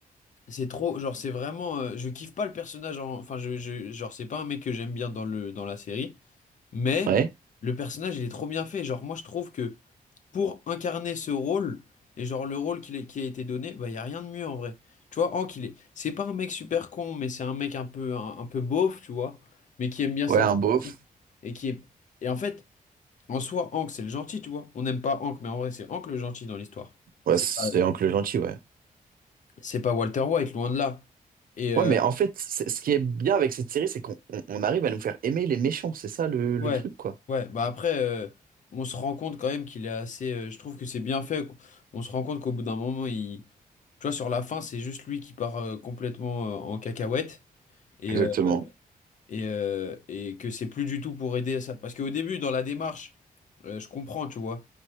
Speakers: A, on the left (about 55°); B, on the right (about 70°).
A: c'est trop, genre, c'est vraiment, euh, je kiffe pas le personnage, en- enfin, je, je- genre, c'est pas un mec que j'aime bien dans le, dans la série, mais
B: Ouais?
A: le personnage, il est trop bien fait. Genre, moi, je trouve que pour incarner ce rôle, et genre le rôle qu'il est- qui a été donné, bah, il n'y a rien de mieux en vrai. Tu vois, Hank, il est... c'est pas un mec super con, mais c'est un mec un peu, un, un peu beauf, tu vois, mais qui aime bien sa
B: Ouais, un
A: famille.
B: beauf.
A: Et qui est... Et en fait, en soi, Hank, c'est le gentil, tu vois. On n'aime pas Hank, mais en vrai, c'est Hank le gentil dans l'histoire.
B: Ouais,
A: C'est
B: c'est
A: pas,
B: Hank le gentil, ouais.
A: c'est pas Walter White, loin de là. Et, euh,
B: Ouais, mais en fait, c'est- ce qui est bien avec cette série, c'est qu'on on- on arrive à nous faire aimer les méchants, c'est ça le, le
A: Ouais,
B: truc, quoi.
A: ouais, bah après, euh, on se rend compte quand même qu'il est assez. euh, je trouve que c'est bien fait. On se rend compte qu'au bout d'un moment, il. Tu vois, sur la fin, c'est juste lui qui part euh, complètement euh, en cacahuète et,
B: Exactement,
A: euh, et, euh, et que c'est plus du tout pour aider à ça. Parce qu'au début, dans la démarche, euh, je comprends, tu vois.